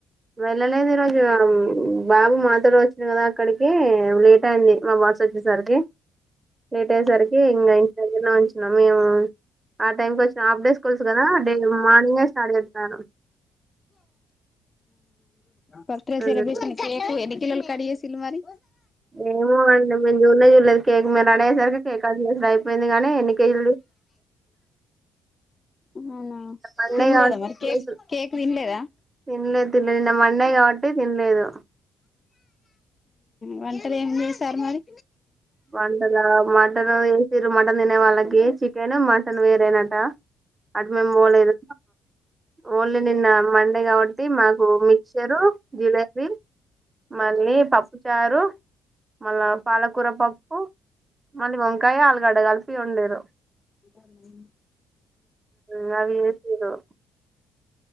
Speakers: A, on the right; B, on the left.
A: వెళ్ళలేదు ఈరోజు బాబు మాతోటి వచ్చాడు అక్కడికి లేట్ అయింది. మా బాస్ వచ్చేసరికి లేట్ అట్టేసరికి ఇం ఇంటికి వచ్చిన మేము ఆ టైంకి వచ్చి హాఫ్ డే స్కూల్స్ కదా డే మార్నింగే స్టార్ట్ చేస్తారు
B: birthday
A: um
B: celebration cake ఎని కిలోల కడిగేసును మరి
A: ఏమో అండి మేము చూనే చూడలేదు కేక్ మీరు రెడీ అయేసరికి కేక్ కట్ చేసూడు అయి అందుకనే కానీ ఎన్ని కేజీలు
B: అవునా
A: మండే
B: తినలేదా
A: కాబట్టి
B: మరి
A: కేక్
B: తినలేదా
A: తినలేదు తినలేదు మండే కాబట్టి తినలేదు
B: వంటలు ఏం చేసారు మరి
A: వంటలా మటన్ చేసిన్రు మటన్ తినే వాళ్ళకి చికెన్ మటన్ వేరేనాట అటు మేము పోలేదు ఓన్లీ నిన్న మండే కాబట్టి మాకు మిక్చర్ జిలేబీ మళ్ళీ పప్పు చారు మళ్ళ పాలకూరపా ఓ మళ్ళీ వంకాయ ఆలుగడ్డ కలిపి వండిరు
B: న్నాడి
A: మ్ అవి చేసిర్రు